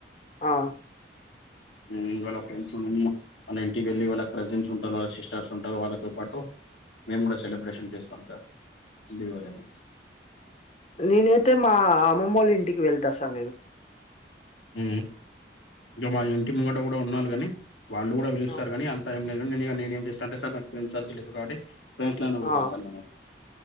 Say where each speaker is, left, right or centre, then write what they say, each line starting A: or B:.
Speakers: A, on the left (about 40°); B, on the left (about 80°).
A: ఆ
B: హ్మ్ వాళ్ళ ఫ్రెండ్స్ ఉన్నా అమ్మ వల్ల ఇం ఇంటికి వెళ్లి వాళ్ళ కజీన్స్ ఉంటారు. వాళ్ళ సిస్టర్స్ ఉంటారు. వాళ్ళతో పాటు మేము కూడా సెలబ్రేషన్ చేస్తాం. సార్ దీవలీని
A: నేనైతే మా అమ్మమ్మ వాళ్ళ ఇంటికి వెళ్తా సార్ నేను
B: హ్ ఇంకా మా ఇంటి ముంగట కూడా ఉన్నారు కాని వాళ్ళు కూడా పిలుస్తారు.
A: ఆ
B: కానీ అంత ఏం లేదు నేను ఇగ ఏం చేస్తా అంటె సార్ నాకు ఫ్రెండ్స్ సర్కిల్ ఎక్కువ కాబట్టి ఫ్రెండ్స్ లనే పోత
A: ఆ!
B: సరు నేను